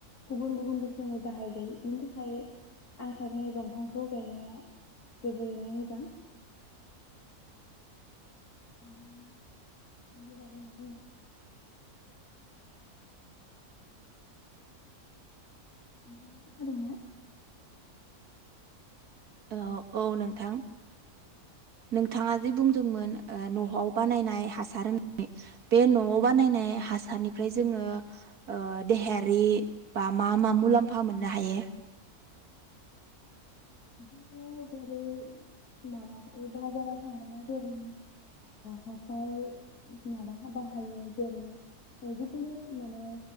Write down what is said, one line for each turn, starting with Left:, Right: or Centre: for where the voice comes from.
Left: गुबुन गुबुन रोखोमै बाहाय‌‌ जायो बिनि थाखाय आं सानो दंफांखौ गायनाया जोबोरैनो मोजां। नोंथाङा बेनि बागै मा बुंनो? नोंथाङा खोनादों ना?
Right: ओ औ नोंथां नोंथाङा जि बुंदोंमोन न'आव बानायनाय हासार होननानै बे न'आव बानायनाय हासारनिफ्राय जोङो देहायारि बा मा मा मुलाम्फा मोननो हायो?
Left: बिदिनो जेरै मालाबा बाजाराव थांबा जेरै हासार माबा बाहायो जेरै जिखुनु माने